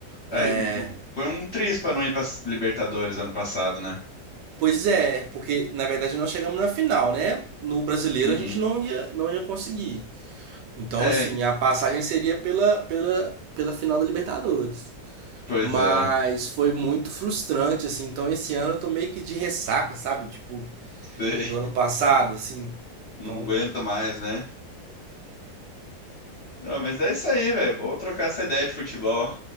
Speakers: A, on the right (about 75°); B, on the left (about 50°).
A: É...
B: Ai, foi um triz pra não ir pra Libertadores ano passado, né?
A: Pois é, porque na verdade nós chegamos na final, né? No brasileiro
B: Uhum.
A: a gente não ia, não ia conseguir. Então,
B: É,
A: assim, a passagem seria pela, pela, pela final da Libertadores.
B: pois
A: Mas
B: é. <laughs>
A: foi muito frustrante, assim. Então esse ano eu tô meio que de ressaca, sabe? Tipo,
B: Sei.
A: do ano passado, assim.
B: Não
A: Então,
B: aguento mais, né? Não, mas é isso aí, velho. Bom trocar essa ideia de futebol.